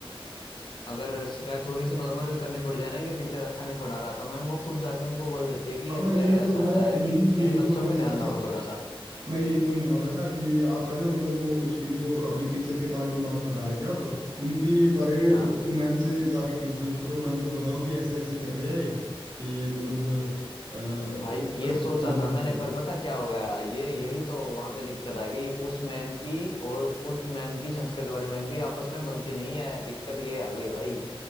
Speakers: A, on the left (about 55°); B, on the right (about 45°).
A: अगर शिकायत थोड़ी सी नॉर्मल भी करनी पड़ जाए ना कि टीचर अच्छा नहीं पढ़ा रहा तो मैम वो खुद जाके उनको बोल देती है कि
B: हाँ
A: ये
B: मैं यही
A: सर
B: तो
A: ऐसा
B: मैं
A: ऐसा
B: यही
A: है कि
B: यही
A: इन बच्चों
B: बोलने वाला
A: पे ध्यान
B: था
A: रखो थोड़ा सा
B: मैं यही बोलने वाला था कि आप है ना मतलब वो उसकी जो अभी टीचर के बारे में बात बता रहे थे आप उनकी बारे में
A: ना
B: उसको मैम से जाके कंसल्ट करो मैम को बताओ कि ऐसे ऐसे कर रहे हैं ये ये मतलब अ,
A: भाई ये
B: घर
A: सोचा
B: पे फोन कर
A: था मैंने
B: दिया
A: पर पता क्या हो गया ये यही तो वहां पे दिक्कत आ गई उस मैम की और उस मैम की संस्कृत वाली मैम की आपस में बनती नहीं है दिक्कत ये आ गई भाई